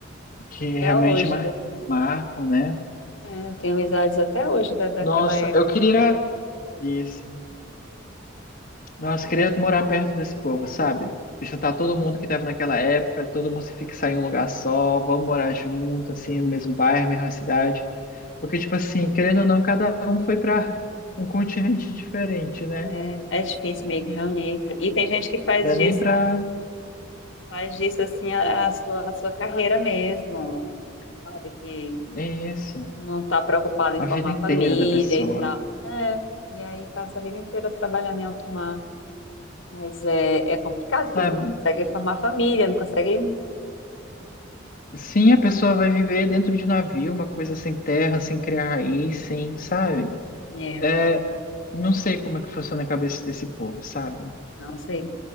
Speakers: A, on the left (about 45°); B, on the left (about 75°).
A: que
B: até
A: realmente
B: hoje,
A: mar- marcam, né?
B: É, eu tenho amizades até hoje da, daquela
A: Nossa,
B: época.
A: eu queria ir a- isso. Nossa, eu queria morar perto desse povo, sabe? Juntar todo mundo que tava naquela época, todo mundo se fixar em um lugar só, vamos morar junto, assim, no mesmo bairro, mesma cidade. Porque, tipo assim, querendo ou não, cada um foi pra um continente diferente, né?
B: É, é difícil meio que reunir. E tem gente que faz
A: Dá
B: disso,
A: nem pra.
B: faz disso assim a, a sua, a sua carreira mesmo, sabe? Que
A: É isso.
B: não está preocupada
A: A
B: em
A: vida
B: formar
A: inteira
B: família
A: da pessoa.
B: e tal. É, e aí passa a vida inteira trabalhando em alto mar. Mas é, é complicado,
A: Sabe?
B: porque você não consegue formar família, não consegue,
A: Sim, a pessoa vai viver dentro de navio, uma coisa sem terra, sem criar raiz, sem, sabe?
B: né?
A: É, não sei como é que funciona a cabeça desse povo, sabe?
B: Não sei.